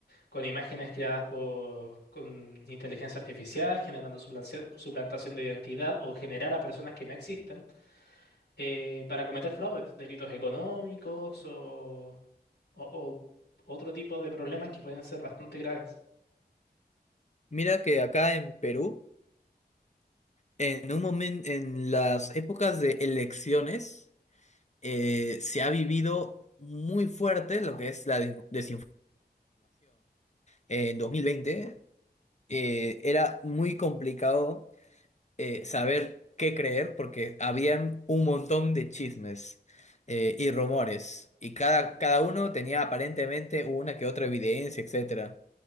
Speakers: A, on the left; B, on the left.
A: con imágenes creadas por, con inteligencia artificial, generando suplancia- suplantación de identidad o generar a personas que no existen. eh, para cometer fraudes, delitos económicos o, o- o otro tipo de problemas que pueden ser bastante graves.
B: Mira que acá en Perú, en un momento, en las épocas de elecciones, eh, se ha vivido muy fuerte lo que es la des- desinformación. En dos mil veinte. eh, era muy complicado eh, saber qué creer porque habían un montón de chismes eh, y rumores y cada, cada uno tenía aparentemente una que otra evidencia, etcétera.